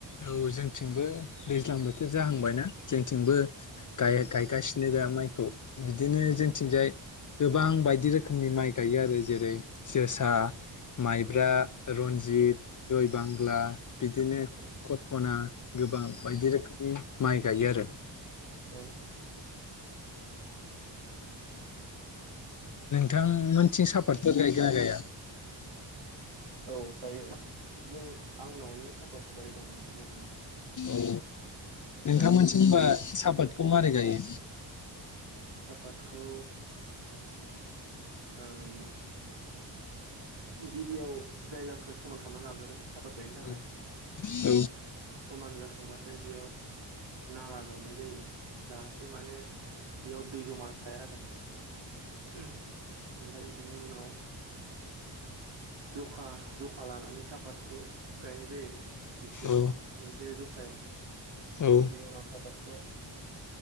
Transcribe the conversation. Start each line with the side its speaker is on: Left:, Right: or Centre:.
Left: औ जोंथिंबो दैज्लां बोथोर जाहांबाय ना, जोंथिंबो गाय-गायगासिनो बे माइखौ बिदिनो, जोंथिंजाय गोबां बायदि रोखोमनि माइ गायो आरो जेरै, जोसा,
Right: औ
Left: माइब्रा,
Right: औ
Left: रन्जित,
Right: औ
Left: द'यबांला, बिदिनो
Right: उम
Left: कप'ना गोबां बायदि रोखोमनि माइ गायो, आरो
Right: औ <inaudible>
Left: बिथांमोननिथिं सापातफोर गायोना गाया?
Right: औ गायो जों आंनावनो सापातनि बारि दं माने जोंहानाव,
Left: औ
Right: बिगाथामनि
Left: नोंथांमोनसिम
Right: जागोन
Left: होनबा सापातखौ मारै गायो?
Right: सापादखौ, ओम गिबियाव जायगाखौ समान खालामना लाग्रो साफत गायनो थाखाय,
Left: औ औ
Right: समान जाखांबाथाय बेयाव, नाला जावनाय जायो, जाहाथे माने बेयाव दै जमा थाया आरो ओमफाय बिनि उनाव, जखा-जखा लानानै सापातखौ गायनाय जायो, दिसटेन्सआव
Left: औ
Right: मोनसे जखा जखायाव
Left: औ
Right: बिनि उनाव सापातखौ,